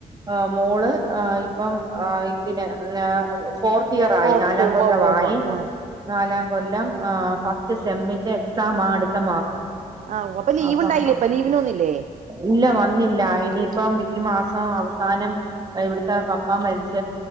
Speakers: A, on the right; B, on the right.
A: ആഹ് മോള് ആഹ് ഇപ്പം ആഹ് ഇതിനെ <unintelligible> ഫോർത്ത് ഇയർ ആയി
B: ഫോർത്ത്
A: നാലാം
B: ഉവ്വ
A: കൊല്ലമായി
B: ഉവ്വ ആഹ്
A: നാലാം കൊല്ലം ആഹ് ഫസ്റ്റ് സെമ്മിന്റെ എക്സാമാ അടുത്ത മാസം
B: ആഹ് അപ്പ ലീവ്
A: അപ്പൊ
B: ഉണ്ടായില്ലേ
A: ആ,
B: അപ്പ ലീവിന് വന്നില്ലേ
A: ഇല്ല വന്നില്ല ഇനിയിപ്പം ഈ മാസം അവസാനം ഇവിടുത്തെ പപ്പാ മരിച്ച